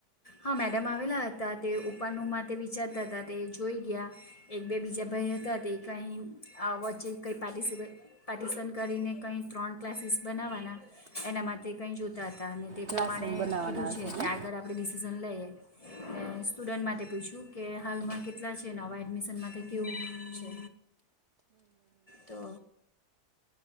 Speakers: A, on the left; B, on the right.
A: હા મેડમ આવેલા હતા તે ઉપરનુ માટે વિચારતા હતા. તે જોઈ ગયા, એક બે બીજા ભાઈ હતા તે કંઈ અ વચ્ચે કંઈ પાર્ટિસિપેટ પાર્ટિસન કરીને કંઈ ત્રણ ક્લાસીસ બનાવવાના. એના માટે કંઈ જોતા હતા અને તે
B: ક્લાસરૂમ
A: પ્રમાણે
B: બનાવવાના
A: કીધું
B: હશે
A: છે
B: ને
A: કે આગળ આપણે ડીસ ને અ સ્ટુડન્ટ માટે પૂછયુ કે હાલમાં કેટલા છે. નવા એડમિશન માટે કેવું છે? તો